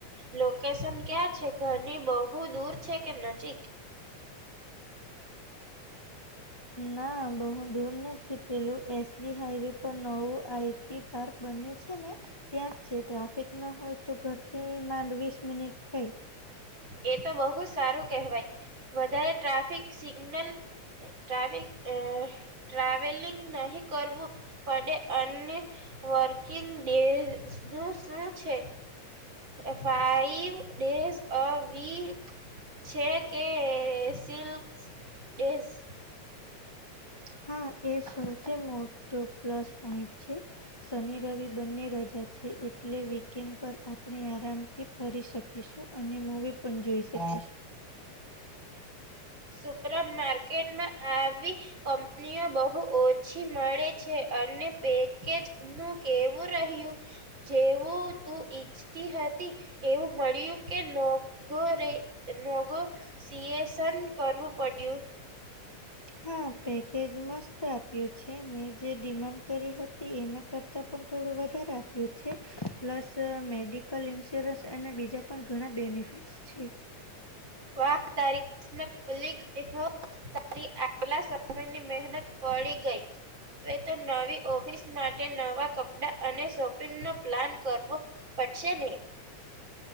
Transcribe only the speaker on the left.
ના બહુ દૂર નથી પેલું એસજી હાઈવે પર નવું આઈટી પાર્ક બન્યું છે ને ત્યાં જ છે. ટ્રાફિક ન હોય તો ઘરથી માંડ વીસ મિનિટ થઈ.
હા એ સૌથી મોટો પ્લસ પોઈન્ટ છે. શનિ રવિ બંને રજા છે એટલે વીકેન્ડ પર આપણે આરામથી ફરી શકીશું અને મૂવી પણ જોઈ શકીશું.
હા પેકેજ મસ્ત આપ્યું છે મેં જે ડિમાન્ડ કરી હતી એના કર તા પણ થોડું વધારે આપ્યું છે. પ્લસ મેડિકલ ઇન્સ્યોરન્સ અને બીજા પણ ઘણા બેનિફિટ્સ છે.